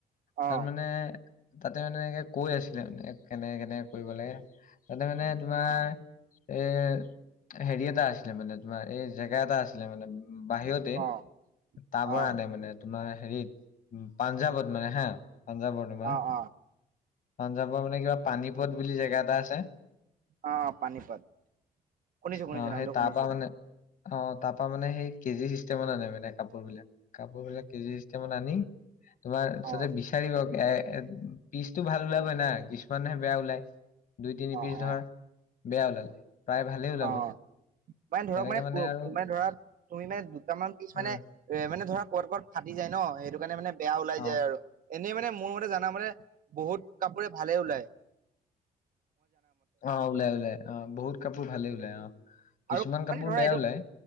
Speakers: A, on the left; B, on the right.
A: তাৰ
B: অ
A: মানে তাতে মানে এনেকে কৈ আছিলে মানে কেনেকে-কেনেকে কৰিব লাগে। তাতে মানে তোমাৰ
B: অ
A: এ হেৰিয় টা আছিলে মানে তোমাৰ এই জেগা এটা আছিলে মানে বাহিৰতে
B: অ
A: টাবৰ
B: অ
A: আনে মানে তোমাৰ হেৰিত পাঞ্জাৱত মানে হা পাঞ্জাৱৰ তোমাৰ
B: অ অ
A: পাঞ্জাৱৰ মানে কিবা পানীপথ বুলি জেগা এটা আছে
B: আহ পানীপত শুনিছো শুনিছো
A: অ
B: নামটো
A: সেই তাৰপা
B: শুনিছো
A: মানে অ তাৰ পৰাা মানে সেই কেজি চিষ্টেমত আ নাই মানে কাপোৰ বিলাক কাপোৰ বিলাক কেজিষ্ট মান আনি তোমাৰ তাতে
B: অ
A: বিচাৰিব এ এ পিচতটো ভাল ওলাবই না কিছুমানহে বেয়া ওলায় দুই তিনি
B: অ
A: পিচ ধৰ
B: অ
A: বেয়া ওলালে প্ৰায় ভালেই ওলাব
B: অ মানে ধৰক
A: তেনেকে
B: মানে
A: আৰু
B: মানে ধৰা তুমি মানে দুটামান পিছ মানে
A: উম
B: এ মানে ধৰা ক'ত ক'ত ফাটি যায় ন সেইটো কাৰণে মানে বেয়া ওলাই
A: অ
B: যায় আৰু এনেই মানে মোৰ মতে জানা মানে বহুত কাপোৰে ভালে ওলায়
A: অ ওলাই ওলাই আহ বহুত কাপোৰ ভালে ওলাই আহ
B: আৰু
A: কিছুমান
B: মানে
A: কাপোৰ
B: ধৰা
A: বেয়া
B: এইটো
A: ওলাই